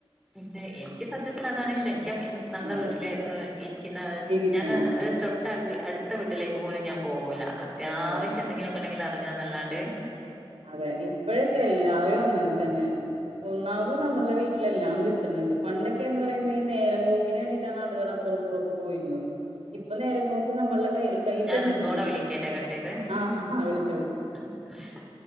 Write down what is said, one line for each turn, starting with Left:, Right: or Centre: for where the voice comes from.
Centre: ന്നിട്ട് എനിക്ക് സത്യത്തില് അതാണ് ഇഷ്ടം എനിക്ക് നമ്മളെ
Right: അതെ
Centre: വീട്ടില് ഇ പിന്ന അത്
Right: ഇരിക്കണം
Centre: ഞാന് തൊട്ട അടുത്ത വീട്ടിലേക്ക് പോലും ഞാൻ പോവൂല. അത്യാവശ്യ
Right: ഓ
Centre: എന്തെങ്കിലൊക്കെ ഇണ്ടെങ്കില് അറങ്ങാന്നല്ലാണ്ട്.
Right: അതെ ഇപ്പഴൊക്കെ എല്ലാരും അങ്ങനെ തന്നെണ്. ഒന്നാമത് നമ്മുടെ വീട്ടിലെല്ലാം കിട്ടുന്ന്ണ്ട് പണ്ടൊക്കെ എന്ന് പറയുമ്പോ ഈഹ് നേരം പോക്കിന് വേണ്ടിട്ടാണ് ആളുകള്. പറപ്പറൊക്കെ പോയിരുന്നത് ഇപ്പൊ നേരമ്പോക്ക് നമ്മളുടെ കൈ. കയ്യ്
Centre: ഞാൻ
Right: തന്നെ
Centre: ഒന്നൂടെ
Right: ഇണ്ട്
Centre: വിളിക്കട്ടെ കട്ട് ചെയ്ത്
Right: ആഹ് ആഹ് വിളിചാ വിളിച്ചാ.
Centre: <unintelligible>